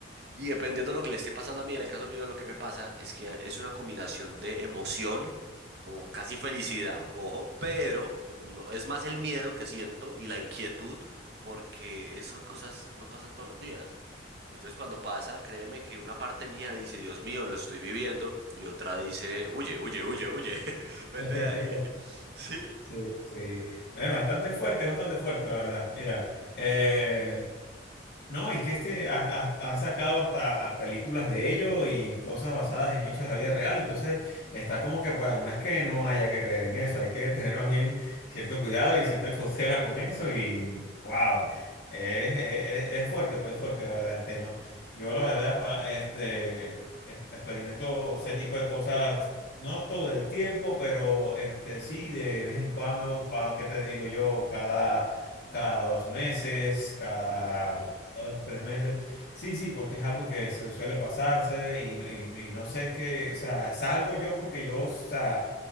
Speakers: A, on the right; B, on the left.
A: Y dependiendo de lo que le esté pasando a mí, en el caso mío, lo que me pasa es que es una combinación de emoción, como casi felicidad, ojo, pero no, es más el miedo que siento y la inquietud, porque esas cosas no pasan todos los días. Entonces, cuando pasa, créeme que una parte mía dice, Dios mío, lo estoy viviendo, y otra dice, huye, huye, huye, huye, <laughs> vete
B: <laughs>
A: de ahí. <laughs> Sí.
B: Sí, sí. Es bastante fuerte, es bastante fuerte, la verdad. Mira, eh, No, y que este hasta- hasta- han sacado hasta películas de ello y cosas basadas en hechos de la vida real. Entonces, está como que para, no es que no haya que creer en eso, hay que tener más bien cierto cuidado y cierta cautela con eso. Y wow, es, es, es fuerte, pues fuerte la verdad el tema. Yo la verdad, pa- este, es- experimento ese tipo de cosas, no todo el tiempo, pero este sí, de vez en cuando, cada, ¿qué te digo yo? Cada cada dos meses, cada
A: Uy, no.
B: dos, tres meses. Sí, sí, porque es algo que su- suele pasarse y, no- y, y no sé qué, o sea, salgo yo porque yo, o sea,